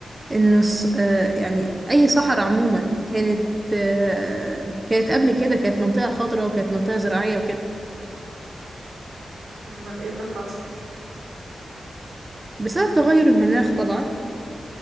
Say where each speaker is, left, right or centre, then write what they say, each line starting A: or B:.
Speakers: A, on the right (about 20°); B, on the right (about 80°).
A: ان الص- آه يعني اي صحراء عموما كانت آه كانت قبل كده كانت منطقة خضراء وكانت منطقة زراعية وكده
B: امال ايه اللي حصل
A: بسبب تغير المناخ طبعا